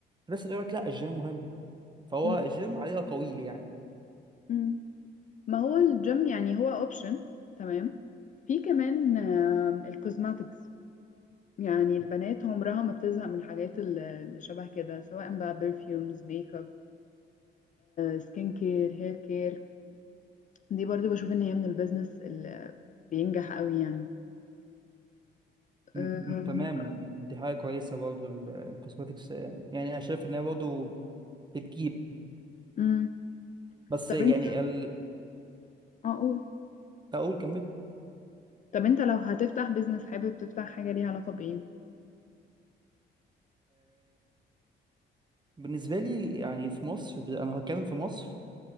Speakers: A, on the right (about 20°); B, on the left (about 40°).
A: بس تقول لك لا الجيم مهم فهو
B: م-
A: الجيم عليه اقاويل يعني
B: م. ما هو الجيم يعني هو option تمام في كمان الكوزماتكس يعني البنات عمرها ما بتزهق من الحاجات اللي اللي شبه كده سواء بقى perfumes makeup سكين كير هير كير دي برضو بشوف ان هي من البيزنس اللي بينجح قوي يعني
A: م-
B: آه،
A: م- تمام دي حاجه كويسه برضه الكوسماتكس يعني انا شايف ان هي برضه بتجيب
B: مم.
A: بس
B: طب
A: يعني
B: انت
A: ال...
B: اقول
A: اقول كمل
B: طب انت لو هتفتح بيزنس حابب تفتح حاجة ليها علاقة بايه
A: بالنسبة لي يعني في مصر ب- أنا هتكلم في مصر